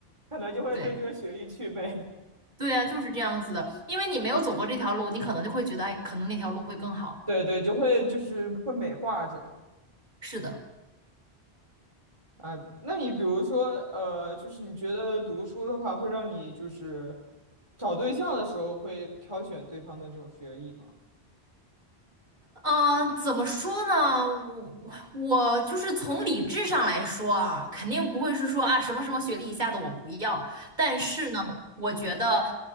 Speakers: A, on the right; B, on the right.
A: 可能就会对这个学历祛魅，
B: 对对啊，就是这样子的，因为你没有走过这条路，你可能就会觉得，哎，可能那条路会更好。
A: <laughs> 对对，就会就是会美化这样。
B: 是的。
A: 啊、那你比如说，呃，就是你觉得读书的话，会让你就是找对象的时候会挑选对方的这种学历吗？
B: 嗯，怎么说呢？我我就是从理智上来说啊，肯定不会是说啊什么什么学历以下的我不要。但是呢，我觉得